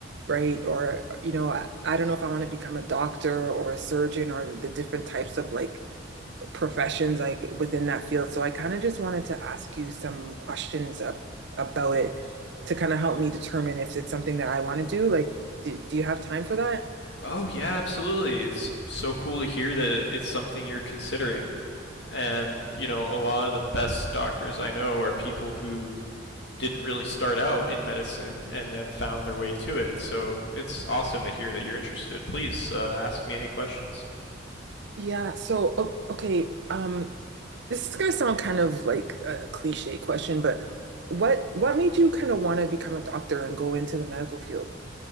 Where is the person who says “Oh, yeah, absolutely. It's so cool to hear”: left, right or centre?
Left